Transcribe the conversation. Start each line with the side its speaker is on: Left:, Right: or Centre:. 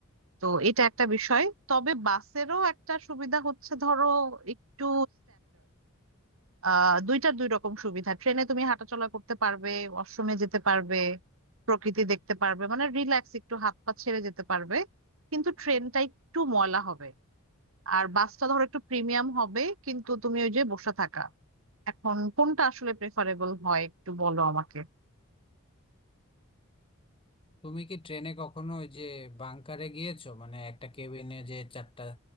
Right: তো এটা একটা বিষয় তবে বাসেরও একটা সুবিধা হচ্ছে ধরো একটু আহ দুইটার দুই রকম সুবিধা ট্রেনে তুমি হাঁটাচলা করতে পারবে ওয়াশরুমে যেতে পারবে প্রকৃতি দেখতে পারবে মানে রিল্যাক্স একটু হাত পা ছেড়ে যেতে পারবে কিন্তু ট্রেনটা একটু ময়লা হবে আর বাসটা ধরো একটু প্রিমিয়াম হবে কিন্তু তুমি ওই যে বসে থাকা এখন কোনটা আসলে প্রেফারেবল হয় একটু বলো আমাকে
Left: তুমি কি ট্রেনে কখনো ওই যে বাংকারে গিয়েছো মানে একটা কেবিনে যে চারটা